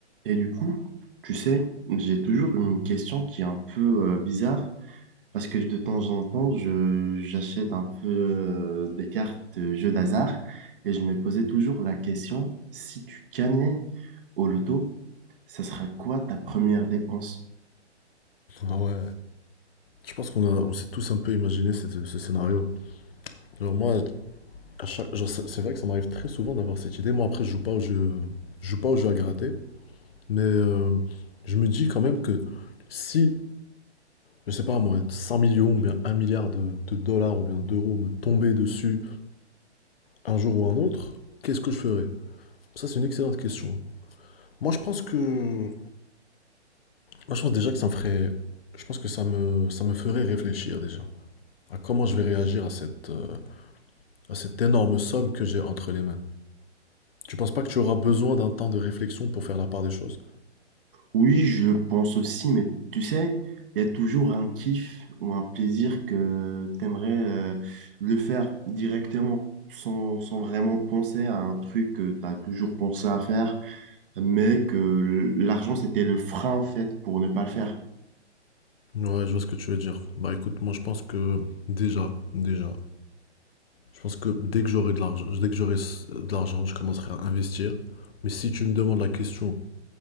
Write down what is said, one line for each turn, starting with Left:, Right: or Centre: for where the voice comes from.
Right: Et du coup, tu sais, j'ai toujours une question qui est un peu euh, bizarre parce que de temps en temps, je, j'achète un peu euh, des cartes de jeux d'hasard et je me posais toujours la question, si tu gagnais au loto, ça sera quoi ta première dépense?
Left: Ah ouais. Je pense qu'on a- on s'est tous un peu imaginé cette- ce scénario. Alors moi, à chaque- genre, c'est c'est vrai que ça m'arrive très souvent d'avoir cette idée. Moi, après, je joue pas au jeu, je joue pas au jeu à gratter, mais euh, je me dis quand même que si, je sais pas moi, 100 millions ou bien un milliard de, de dollars ou bien d'euros me tombaient dessus un jour ou un autre, qu'est-ce que je ferais? Ça, c'est une excellente question. Moi, je pense que, moi, je pense déjà que ça me ferait, je pense que ça me, ça me ferait réfléchir déjà à comment je vais réagir à cette, euh, à cette énorme somme que j'ai entre les mains. Tu penses pas que tu auras besoin d'un temps de réflexion pour faire la part des choses
Right: Oui, je le pense aussi, mais tu sais, il y a toujours un kiff ou un plaisir que t'aimerais euh, le faire directement sans, sans vraiment penser à un truc que t'as toujours pensé à faire mais que l'argent, c'était le frein, en fait, pour ne pas le faire.
Left: Ouais, je vois ce que tu veux dire. Bah écoute, moi je pense que déjà, déjà, je pense que dès que j'aurai de l'argent, dès que j'aurai s- de l'argent, je commencerai à investir. Mais si tu me demandes la question,